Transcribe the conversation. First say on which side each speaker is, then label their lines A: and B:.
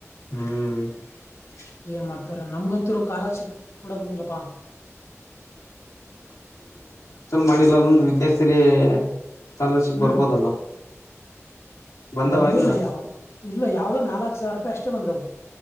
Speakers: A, on the left; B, on the left.
A: ಹ್ಮ್
B: ಏನ್ ಮಾಡ್ತವ್ರೆ ನಮ್ಗಂತೂರು ಕಾಲರ್ಶಿಪ್ ಕೂಡ ಬಂದಿಲ್ಲಪ್ಪಾ
A: ಮಾಡಿಲ್ಲ ಅಂದು ವಿದ್ಯಾರ್ಥ ಹೇ ಕಾಲಸ
B: ಹ್ಮ್
A: ಬರ್ಬೋದಲ್ಲ ಬಂದಾವ
B: ಬಂದಿಲ್ಲ
A: ಇಲ್ಲ
B: ಯಾವ್ದ ಇಲ್ಲ ಯಾವ್ದ್ ನಾಲ್ಕು ಸಾವಿರ ರೂಪಾಯ್ ಅಷ್ಟ <unintelligible>